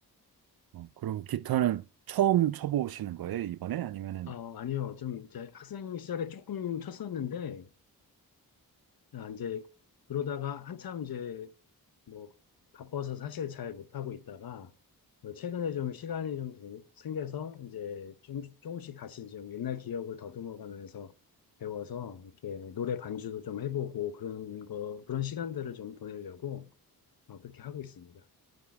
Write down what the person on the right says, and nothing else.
어, 그럼 기타는 처음 쳐보시는 거예요, 이번에? 아니면은,